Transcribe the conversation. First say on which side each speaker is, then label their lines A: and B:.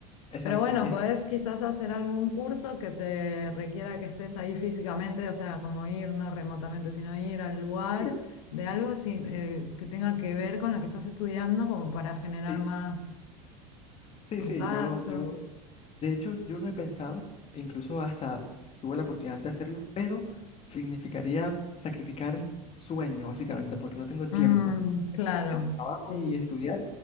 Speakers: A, on the left; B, on the left.
A: Exacto.
B: Pero bueno,
A: Y es
B: podés
A: que
B: quizás hacer algún curso que te requiera que estés ahí físicamente, o sea, como ir, no remotamente, sino ir al lugar
A: sí,
B: de algo si- eh, que tenga que ver con lo que estás estudiando, como para generar
A: sí,
B: más
A: Sí,
B: contactos.
A: sí, yo, yo, de hecho, yo lo he pensado, e incluso hasta tuve la oportunidad de hacerlo, pero significaría sacrificar sueño, básicamente, porque no tengo tiempo.
B: Mm, claro,
A: El trabajo
B: sí.
A: y estudiar